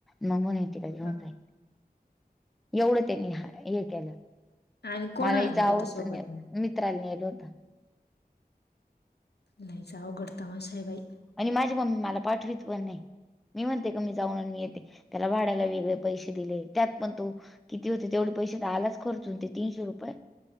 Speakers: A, in the centre; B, on the left.
A: मग म्हूणन येती का घेऊन
B: हां.
A: जाईन एवढं त्यांनी हे केलं.
B: आणि कोण
A: मला
B: आणील
A: जावंच
B: होत सोबत.
A: नाही मित्राला नेलं होतं
B: लयच अवघड तमाशा आहे बाई.
A: आणि माझी मम्मी मला पाठवीत पण नाही. मी म्हणते क मी जाऊन मी येते त्याला भाड्याला वेगळे पैसे दिले त्यात पण तो किती होते तेवढे पैसे तर आलाच खर्चून ते तीनशे रुपये.